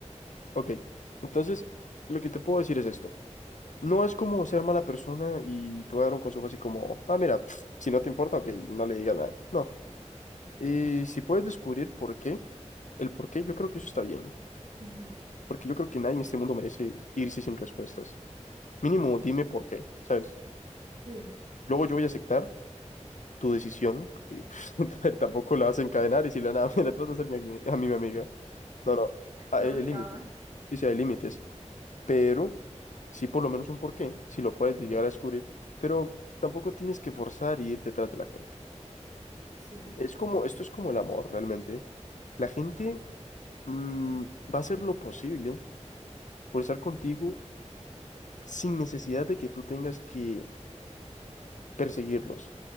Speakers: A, on the left; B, on the right.
A: Ok. Entonces, lo que te puedo decir es esto. No es como ser mala persona y te voy a dar un consejo así como, ah, mira, pf, si no te importa, ok, no le digas nada. No. Y si puedes descubrir por qué, el por qué, yo creo que eso está bien.
B: Ujú,
A: Porque yo creo que nadie en este mundo merece irse sin respuestas. Mínimo, dime por qué, ¿sabes?
B: Sí,
A: Luego yo voy a aceptar tu decisión, ¿no? porque <laughs> a ver, tampoco la vas a encadenar y si la nada, <laughs> mira, tú vas a hacer mi, ami- a mí mi amiga. No, no, ah,
B: La
A: el
B: obligaba.
A: el límite. Sí, sí, hay límites, pero sí por lo menos un porqué, si lo puedes llegar a descubrir, pero tampoco tienes que forzar y ir detrás de la gente.
B: sí,
A: Es como, esto es como el amor, realmente. La gente mm, va a hacer lo posible por estar contigo sin necesidad de que tú tengas que perseguirlos.